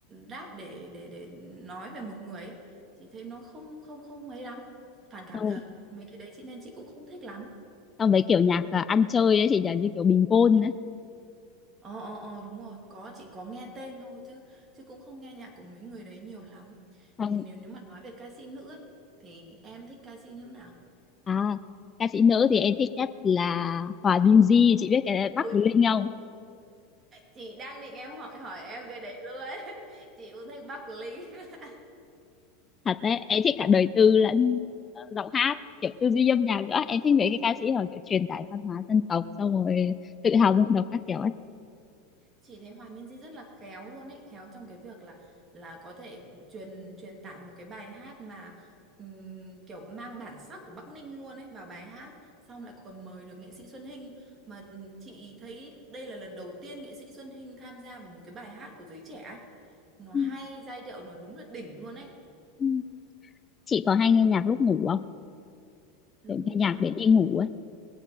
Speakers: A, on the right (about 25°); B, on the left (about 20°).
A: rap để để để nói về một người ấy. chị thấy nó không không không mấy lắm phản cảm
B: Xong-
A: thật mấy cái đấy chị nên chị cũng không thích lắm
B: xong mấy kiểu nhạc à, ăn chơi ấy chị nhỉ như kiểu bình gôn đấy
A: ờ ờ ờ đúng rồi có chị có nghe tên thôi chứ chứ cũng không nghe nhạc của mấy người đấy nhiều lắm
B: xong
A: thì nếu nếu mà nói về ca sĩ nữ ấy thì em thích ca sĩ như nào
B: à ca sĩ nữ thì em thích nhất là Hòa Minzy chị biết cái Bắc
A: Ừ
B: với Linh không
A: chị đang định em hỏi hỏi em cái đấy luôn ấy. <laughs> chị cũng thích Bắc Linh <laughs>
B: thật đấy em thích cả đời tư lẫn ờ, giọng hát kiểu tư duy âm nhạc nữa em thích mấy cái ca sĩ họ kiểu truyền tải văn hóa dân tộc xong rồi tự hào dân tộc các kiểu ấy
A: chị thấy Hòa Minzy rất là khéo luôn ấy khéo trong cái việc là là có thể truyền truyền tải một cái bài hát mà ừm, kiểu mang bản sắc của Bắc Ninh luôn ấy vào bài hát xong lại còn mời được nghệ sĩ Xuân Hinh mà ừm, chị thấy đây là lần đầu tiên nghệ sĩ Xuân Hinh tham gia vào một cái bài hát của giới trẻ ấy nó hay
B: Ừ,
A: giai điệu nó đúng là đỉnh luôn ấy
B: ừ. chị có hay nghe nhạc lúc ngủ không
A: lúc
B: kiểu
A: ngủ
B: nghe nhạc
A: á
B: để đi ngủ ấy